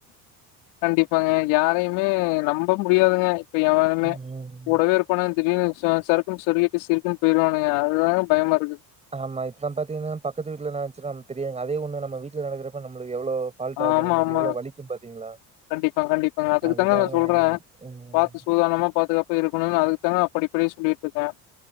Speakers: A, on the left; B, on the right.
A: கண்டிப்பாங்க யாரையுமே நம் நம்ப முடியாதுங்க இப்ப யாருமே
B: ம்.
A: கூடவேயிருப்பானுங்க திடீர்னு ச சறுக்குனு சொருவிட்டு சிருக்குனு போயிடுவானுங்க அதுதாங்க பயமா இருக்கு
B: ஆமா இப்ப பாத்தீங்கன்னா பக்கத்து வீட்ல என்னா நடந்துச்சுனு நமக் தெரியாதுங்க அதே ஒண்ணு நம்ம வீட்ல நடக்கிறப்ப நம்மளுக்கு எவ்வளோ ஃபால்ட் ஆகும்,
A: ஆமா
B: நம்மளுக்கு
A: ஆமா
B: எவ்வளோ வலிக்கும் பார்த்தீங்களா?
A: கண்டிப்பா கண்டிப்பாங்க அதுக்கு
B: அதுதாங்க.
A: தாங்க நான் சொல்றேன்
B: ம்.
A: பாத்து சூதானமா பாதுகாப் போய் இருக்கணுன்னு அதுக்கு தாங்க அப்படி இப்படி சொல்லிட்டு இருக்கன்